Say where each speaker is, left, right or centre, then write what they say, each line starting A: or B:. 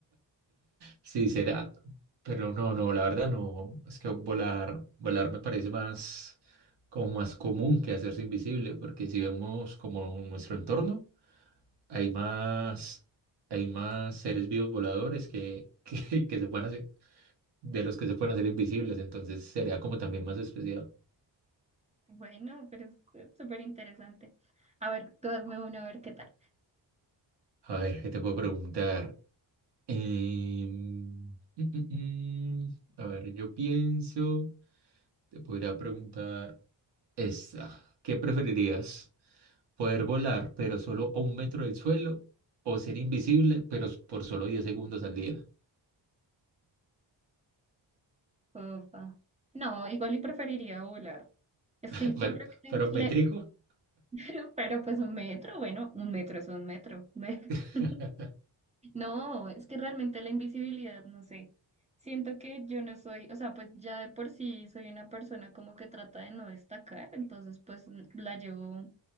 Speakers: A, on the right (about 60°); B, on the right (about 15°).
A: Sí, será. Pero no, no, la verdad no. Es que volar, volar me parece más, como más común que hacerse invisible, porque si vemos como nuestro entorno, hay más, hay más seres vivos voladores que, <laughs> que, que se pueden hacer, de los que se pueden hacer invisibles, entonces sería como también más especial.
B: Bueno, pero es es súper interesante. A ver, tú hazme uno, a ver qué tal.
A: A ver, ¿qué te puedo preguntar? Em, mm, mm, mm. A ver, yo pienso, te podría preguntar. Esta, ¿qué preferirías? ¿Poder volar, pero solo a un metro del suelo? ¿O ser invisible, pero s- por solo 10 segundos al día?
B: Opa. No, igual y preferiría volar. Es
A: <laughs>
B: que yo
A: ¿Pero,
B: creo que,
A: pero un
B: le-
A: metrico?
B: le- <laughs> pero pues un metro, bueno, un metro es un metro. <laughs>
A: <laughs>
B: No, es que realmente la invisibilidad, no sé. Siento que yo no soy, o sea, pues ya de por sí soy una persona como que trata de no destacar, entonces pues la llevo